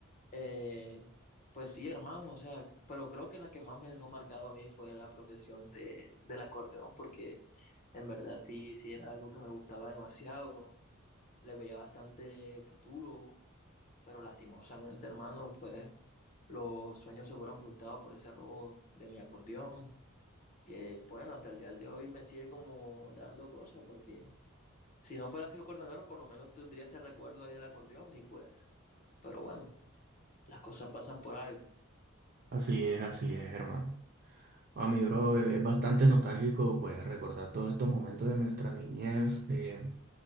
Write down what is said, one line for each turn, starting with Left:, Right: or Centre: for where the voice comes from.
Left: eh, pues sí, hermano, o sea, pero creo que la que más me dejó marcado a mí fue la profesión de, del acordeón porque en verdad sí, sí era algo que me gustaba demasiado, le veía bastante futuro, pero lastimosamente, hermano, pues los sueños se fueron frustrados por ese robo de mi acordeón que bueno, hasta el día de hoy me sigue como dando cosas, porque si no fuera sido coordinador, por lo menos tendría ese recuerdo ahí del acordeón y pues, pero bueno, las cosas pasan por algo.
Right: Así es, así es, hermano. A mi bro, eh, es bastante nostálgico, pues, recordar todos estos momentos de nuestra niñez. eh,